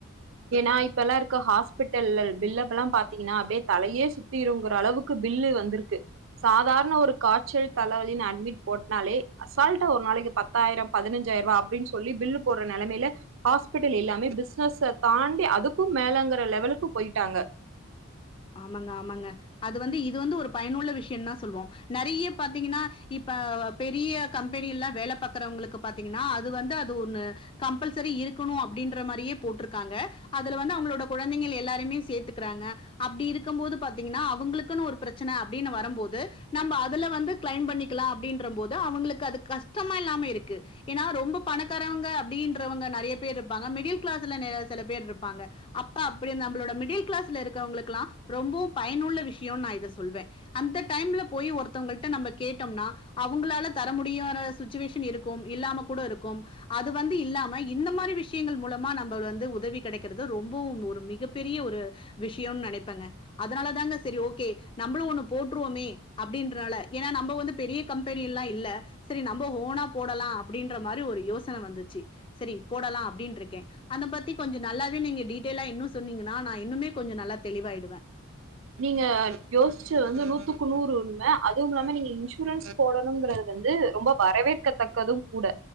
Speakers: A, on the right; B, on the left.
A: ஏன்னா இப்ப எல்லா இருக்க ஹாஸ்பிட்டல்ல பில்லுகள்லா பாத்தீங்கன்னா அப்டியே தலையே சுத்திருங்கற அளவுக்கு பில்லு வந்திருக்கு. சாதாரண ஒரு காச்சல் தலவலின்னு அட்மிட் போட்னாலே அசால்ட்டா ஒரு நாளைக்கி பத்தாயிரோ பதினஞ்சாயர்ருவா அப்டின்னு சொல்லி பில்லு போடுற நெலமையில ஹாஸ்பிட்டல் எல்லாமே பிசினஸ தாண்டி அதுக்கும் மேலங்கற லெவலுக்கு போயிட்டாங்க.
B: ஆமாங்க ஆமாங்க. அது வந்து இது வந்து ஒரு பயனுள்ள விஷயந்தா சொல்வோ நெறைய பாத்தீங்கன்னா இப்ப பெரிய கம்பெனி எல்லா வேல பாக்கறவங்களுக்கு பாத்தீங்கன்னா அது வந்து அது ஒண்ணு கம்பல்சரி இருக்கணு அப்டின்ற மாரியே போட்ருக்காங்க. அதுல வந்து அவங்களோட குழந்தைகள் எல்லாருமே சேத்துக்கறாங்க அப்டி இருக்கும் போது பாத்தீங்கன்னா அவங்களுக்குன்னு ஒரு பிரச்சன அப்டின்னு வரம்போது நம்ம அதுல வந்து கிளைம் பண்ணிக்கலா அப்டின்றம் போது அவங்களுக்கு அது கஷ்டமா இல்லாம இருக்கு. ஏன்னா ரொம்ப பணக்காரவங்க அப்டின்றவங்க நெறைய பேர் இருப்பாங்க மிடில் கிளாஸ்ல நெ சில பேர் இருப்பாங்க. அப்ப அப்படி நம்பளோட மிடில் கிளாஸ்ல இருக்கவங்களு க்லா ரொம்பவு பயனுள்ள விஷயோன்னு நா இத சொல்வே. அந்த டைம்ல போய் ஒருத்தவுங்கள்ட்ட நம்ம கேட்டோம்னா அவங்களால தர முடியார சுச்சுவேஷன் இருக்கும் இல்லாம கூட இருக்கும் அது வந்து இல்லாம இந்த மாரி விஷயங்கள் மூலமா நம்பள் வந்து உதவி கெடைக்கிறது ரொம்பவு ஒரு மிகப்பெரிய ஒரு விஷயோன்னு நெனை ப்பங்க அதனாலதாங்க செரி ஓகே நம்மளு ஒண்ணு போட்ருவோமே அப்டின்றனால ஏன்னா நம்ம வந்து பெரிய கம்பெனி எல்லா இல்ல செரி ந ம்ப ஓனா போடலா அப்படின்ற மாரி ஒரு யோச ன வந்துச்சு சரி போடலா அப்டின்ருக்கே அத பத்தி கொஞ்சொ நல்லாவே நீங்க டீடெய்லா இன்னு சொன்னீங்கன்னா நா இன்னுமே கொஞ்ச நல்லா தெளிவாயிடுவே
A: நீங்க யோசிச்சது வந்து நூத்துக்கு நூறு உண்ம அதுவும் இல்லாம நீங்க இன்சூரன்ஸ் போடணுங்கிறது வந்து ரொம்ப வரவேற்கத்தக்கதுங் கூட